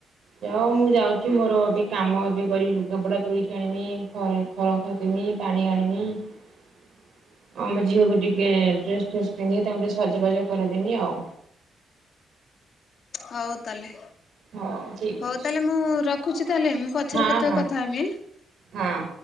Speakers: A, on the right; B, on the left.
A: ଯାଓ ମୁଁ ଯାଉଛି ମୋର ଏବେ କାମ ଏବେ କରି ଲୁଗାପଟା ତୋଳିକି ଆଣିବି ଘର ଖର କିମି ପାଣି ଆଣିବି ଆ ଆମ ଝିଅକୁ ଟିକେ ଡ୍ରେସ ଫ୍ରେସ ପିନ୍ଧେଇ ତାଙ୍କୁ ଟିକେ ସଜବାଜ କରାଦେନି ଆଉ
B: ହଉ ତାହେଲେ।
A: ହଉ ଠିକ୍
B: ହଉ
A: ଅଛି
B: ତାହେଲେ ମୁଁ ରଖୁଛି ତାହେଲେ ମୁଁ ପଛରେ
A: ହଁ
B: କେତେବେ
A: ହଁ
B: କଥା ହେବି
A: ହଁ